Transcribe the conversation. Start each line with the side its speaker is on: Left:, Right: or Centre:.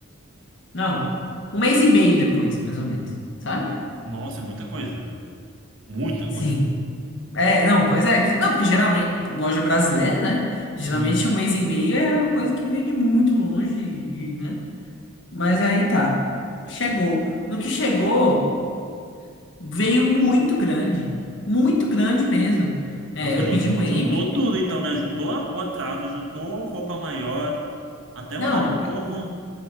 Left: Não, um mês e meio depois, mais ou menos, sabe?
Right: Nossa, é muita coisa. Muita
Left: Sim.
Right: coisa.
Left: É, não, pois é, que- não, porque geralmente, loja brasileira, né?
Right: Sim.
Left: Geralmente um mês e meio é uma coisa que vem de muito longe, e, né? Mas aí tá. Chegou. No que chegou, veio muito grande. Muito grande mesmo. É,
Right: Nossa,
Left: eu
Right: jun-
Left: pedi o
Right: juntou
Left: M.
Right: tudo então, né? Juntou a- o atraso, juntou roupa maior, até
Left: Não,
Right: mandar de novo.